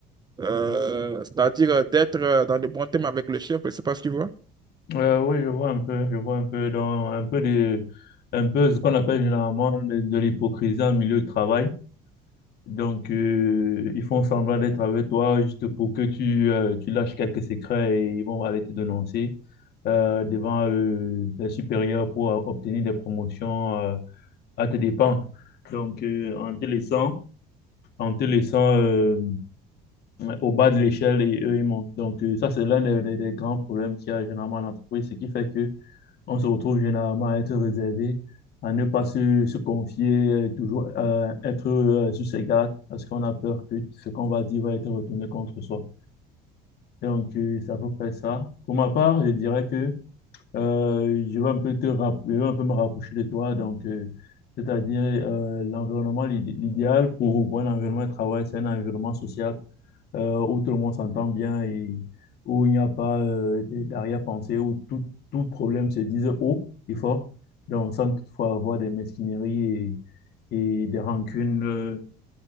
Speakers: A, on the right; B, on the left.
A: euh, c'est-à-dire euh, d'être euh, dans de bons thèmes avec le chef, je sais pas si tu vois.
B: Euh, oui, je vois un peu, je vois un peu dans un peu de, un peu ce qu'on appelle généralement de, de l'hypocrisie en milieu de travail. Donc, euh, ils font semblant d'être avec toi juste pour que tu, euh, tu lâches quelques secrets et ils vont aller te dénoncer. euh, devant le, les supérieurs pour euh, obtenir des promotions euh, à tes dépens. Donc, euh, en te laissant, en te laissant euh, au bas de l'échelle et eux, ils montent. Donc, euh, ça, c'est l'un des, des- des grands problèmes qu'il y a généralement en entreprise, ce qui fait que on se retrouve généralement à être réservé, à ne pas se, se confier, euh, toujours euh, être euh, sur ses gardes, parce qu'on a peur que ce qu'on va dire va être retourné contre soi. Donc, euh, c'est à peu près ça. Pour ma part, je dirais que Euh, je vais un peu te rapp- je vais un peu me rapprocher de toi. Donc, euh, c'est-à-dire euh, l'environnement, l'id- l'idéal pour voir un environnement de travail, c'est un environnement social euh, où tout le monde s'entend bien et où il n'y a pas euh, des- d'arrière-pensée, où tout, tout problème se dise haut et fort. Donc, sans toutefois avoir des mesquineries et, et des rancunes euh,